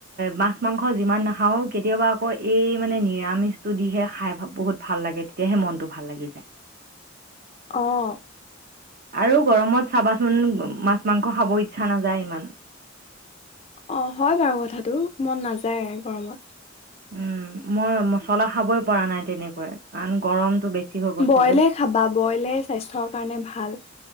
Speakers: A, on the right (about 50°); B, on the left (about 30°).
A: মাছ অহ ময় আলু পিতিকা ডালী মানে মাংস যিমান নাখাও কেতিয়াবা আকৌ এই মানে নিৰামিষটো দিহে খাই বহুত ভাল লাগে তেতিয়াহে মনটো ভাল লাগি যায়।
B: অহ।
A: আৰু গৰমত চাবাচোন মাছ মাংস খাব ইচ্ছা নাযায় ইমান।
B: অ' হয় বাৰু কথাটো মন নাযায় গৰমত
A: উম মই মছলা খাবই পৰা নাই তেনেকুৱাই কাৰণ গৰমতটো বেছি হৈ গৈছে
B: বইলে
A: যে
B: খাবা বইলে স্বাস্থ্যৰ কাৰণে ভাল